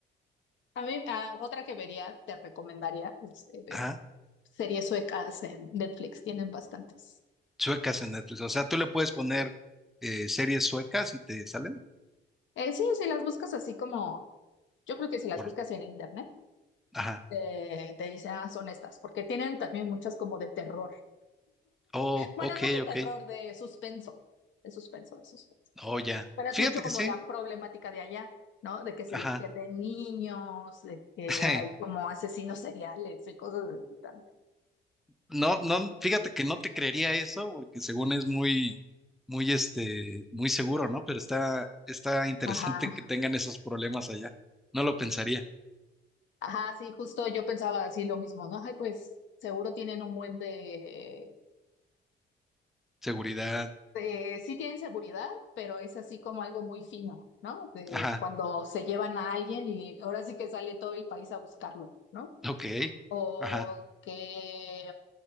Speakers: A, on the left; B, in the centre.
A: a mí, ah, otra que vería, te recomendaría, este, ver
B: ajá.
A: series suecas en Netflix, tienen bastantes.
B: Suecas en Netflix. O sea, tú le puedes poner eh, series suecas y te salen
A: Eh, sí, si las buscas así como Yo creo que si las
B: por,
A: buscas en internet,
B: ajá.
A: te, te dicen, ah, son estas, porque tienen también muchas como de terror.
B: Oh,
A: Bueno,
B: ok,
A: no de
B: ok.
A: terror, de suspenso, de suspenso, de suspenso.
B: Oh, ya.
A: Pero es
B: Fíjate
A: mucho como
B: que sí.
A: la problemática de allá, ¿no? De que se
B: Ajá.
A: les pierden niños, de que
B: <laughs>
A: hay como asesinos seriales y cosas de también.
B: No, no, fíjate que no te creería eso, porque según es muy, muy, este, muy seguro, ¿no? Pero está, está interesante
A: Ajá,
B: que tengan esos problemas allá. No lo pensaría.
A: ajá, sí, justo yo pensaba así lo mismo, ¿no? Ay, pues seguro tienen un buen de
B: Seguridad,
A: eh, sí tienen seguridad, pero es así como algo muy fino, ¿no? De
B: ajá,
A: cuando se llevan a alguien y ahora sí que sale todo el país a buscarlo, ¿no?
B: ok,
A: O
B: ajá,
A: que,